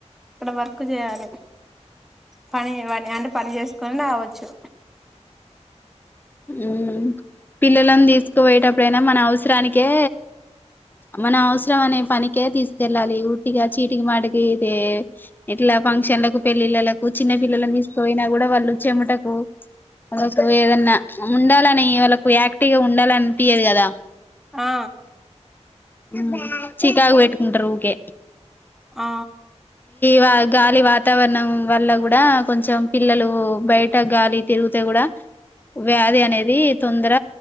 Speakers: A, in the centre; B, on the left.
A: ఇక్కడ వర్క్ జేయాలి పని వాని ఆ పని జేసుకొని రావోచ్చు
B: ఊ పిల్లలను తీసుకుపోయేటప్పుడైనా మన అవసరానికే మన అవసరం అనే పనికే తీసుకెళ్ళాలి ఉట్టిగా చీటికి మాటికి ఇదే ఇట్లా ఫంక్షన్ల కు పెళ్లిళ్ల ల కు కు చిన్న పిల్లలను తీసు పోయినా కూడా వాళ్ళు చెమటకు వాలకు ఏదన్నా ఉండాలని వాళ్ళకు యాక్టివ్ గ ఉండాలనిపియదు కదా
A: ఆ
B: ము చికాకుపెట్టుకుంటరు ఊకె
A: ఆ
B: వా గాలి వాతావరణం వల్ల కూడా కొంచెం పిల్లలు బయట గాలి తిరుగితే కూడ వ్యాధి అనేది తొందర